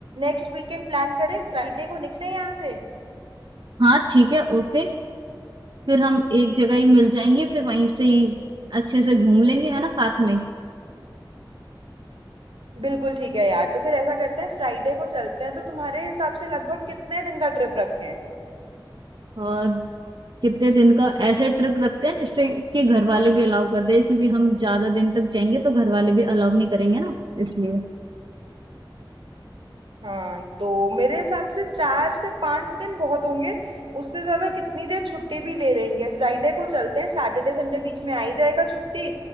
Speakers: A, on the right (about 80°); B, on the right (about 60°).
A: नेक्स्ट वीकेंड प्लान करें फ्राइडे को निकले यहाँ से
B: हाँ ठीक है ओके फिर हम एक जगह ही मिल जाएंगे फिर वहीं से ही अच्छे से घूम लेंगे है ना साथ में
A: बिल्कुल ठीक है यार तो फिर ऐसा करते हैं फ्राइडे को चलते हैं तो तुम्हारे हिसाब से लगभग कितने दिन का ट्रिप रखें
B: और कितने दिन का ऐसे ट्रिप रखते हैं जिससे कि घर वाले भी अलाउ कर दे क्योंकि हम ज्यादा दिन तक जाएंगे तो घर वाले भी अलाउ नहीं करेंगे ना इसलिए
A: हाँ तो मेरे हिसाब से चार से पांच दिन बहुत होंगे उससे ज्यादा कितनी देर छुट्टी भी ले लेंगे फ्राइडे को चलते हैं सैटरडे संडे बीच में आ ही जाएगा छुट्टी